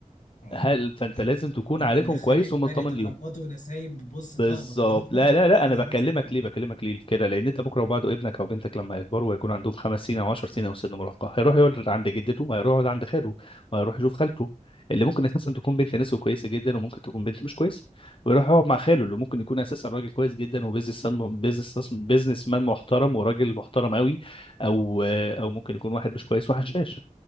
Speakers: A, on the left; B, on the left.
A: اه
B: هل فانت
A: انت
B: لازم تكون
A: أنت
B: عارفهم
A: مدخلني
B: كويس
A: في
B: ومطمن
A: دايره علاقات
B: ليهم
A: ونسايب بص اتلخبط
B: بالظبط
A: انا متلخبط
B: لا لا
A: لوحدي
B: لا انا بكلمك
A: اصلا
B: ليه بكلمك ليه كده لان انت بكره وبعده ابنك او بنتك لما يكبروا ويكون عندهم خمس سنين او 10 سنين او سن مراهقه هيروح يقعد عند جدته وهيروح يقعد عند خاله وهيروح يشوف خالته اللي ممكن اساسا تكون بنت ناس كويسه جدا وممكن تكون بنت مش كويسه ويروح يقعد مع خاله اللي ممكن يكون اساسا راجل كويس جدا وبيزنس بيزنس بيزنس مان محترم وراجل محترم قوي او او ممكن يكون واحد مش كويس واحد شاش